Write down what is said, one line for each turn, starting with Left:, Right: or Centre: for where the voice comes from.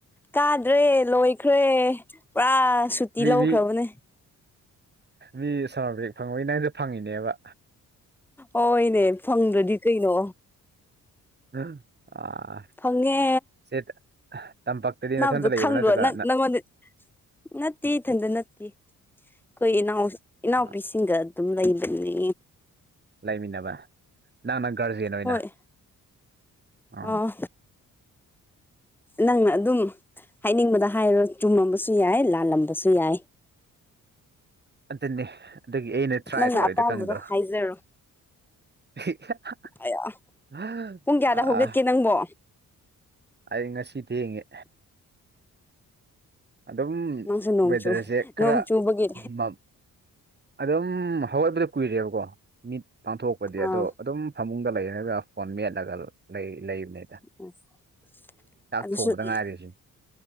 Centre: ꯀꯥꯗ꯭ꯔꯦ ꯂꯣꯏꯈ꯭ꯔꯦ ꯄꯨꯔꯥ ꯁꯨꯇꯤ
Right: ꯃꯤ
Centre: ꯂꯧꯈ꯭ꯔꯕꯅꯦ
Right: ꯃꯤ ꯃꯤ ꯁꯃꯔ ꯕ꯭ꯔꯦꯛ ꯐꯪꯕꯩ ꯅꯪꯖꯨ ꯐꯪꯉꯤꯅꯦꯕ
Centre: ꯍꯣꯏꯅꯦ ꯐꯪꯗ꯭ꯔꯗꯤ ꯀꯩꯅꯣ
Right: ꯑ <unintelligible>
Centre: ꯐꯪꯉꯦ
Right: ꯁꯦ ꯇꯝꯄꯥꯛꯛꯇꯗꯤ
Centre: ꯅꯥꯕꯗꯣ
Right: ꯅꯊꯟꯇ ꯂꯩꯕ꯭ꯔꯥ
Centre: ꯈꯪꯗ꯭ꯔꯣ
Right: ꯅꯠꯇ꯭ꯔꯒ
Centre: ꯅꯪ ꯅꯪꯉꯣꯟꯗ ꯅꯠꯇꯦ ꯏꯊꯟꯗ ꯅꯠꯇꯦ ꯑꯈꯣꯏ ꯏꯅꯥꯎ ꯏꯅꯥꯎꯄꯤꯁꯤꯡꯒ
Right: ꯑꯥ
Centre: ꯑꯗꯨꯝ ꯂꯩꯕꯅꯦ
Right: ꯂꯩꯃꯤꯟꯅꯕ ꯅꯪꯅ ꯒꯥꯔꯖꯤꯌꯟ ꯑꯣꯏꯅ
Centre: ꯍꯣꯏ
Right: ꯑ
Centre: ꯑꯣ ꯅꯪꯅ ꯑꯗꯨꯝ ꯍꯥꯏꯅꯤꯡꯕꯗ ꯍꯥꯏꯔꯣ ꯆꯨꯝꯃꯝꯕꯁꯨ ꯌꯥꯏ ꯂꯥꯜꯂꯝꯕꯁꯨ ꯌꯥꯏ
Right: ꯑꯗꯨꯅꯤ ꯑꯗꯨꯒꯤ ꯑꯩꯅ ꯇ꯭ꯔꯥꯏ
Centre: ꯅꯪꯅ
Right: ꯇꯧꯔꯤꯗꯣ
Centre: ꯑꯄꯥꯝꯕꯗꯣ
Right: ꯀꯪꯗ꯭ꯔꯣ
Centre: ꯍꯥꯏꯖꯔꯣ
Right: <unintelligible>
Centre: ꯑꯌꯥ ꯄꯨꯡ ꯀꯌꯥꯗ ꯍꯧꯒꯠꯀꯦ ꯅꯪꯕꯣ
Right: ꯑꯩ ꯉꯁꯤ ꯊꯦꯡꯉꯦ ꯑꯗꯨꯝ
Centre: ꯅꯪꯁꯨ ꯅꯣꯡꯆꯨ
Right: ꯋꯦꯗꯔꯁꯦ ꯈꯔ
Centre: ꯅꯣꯡ ꯆꯨꯕꯒꯤ
Right: <unintelligible> ꯑꯗꯨꯝ ꯍꯧꯒꯠꯄꯗꯤ ꯀꯨꯏꯔꯦꯕꯀꯣ ꯃꯤꯠ ꯄꯥꯡꯊꯣꯛꯄꯗꯤ
Centre: ꯑꯥ
Right: ꯑꯗꯣ ꯑꯗꯨꯝ ꯐꯃꯨꯡ ꯗ ꯂꯩꯔꯒ ꯐꯣꯟ ꯃꯦꯠꯂꯒ ꯂꯩ ꯂꯩꯕꯅꯦ
Centre: <unintelligible>
Right: ꯊꯣꯡꯕꯗ ꯉꯥꯏꯔꯤꯁꯤ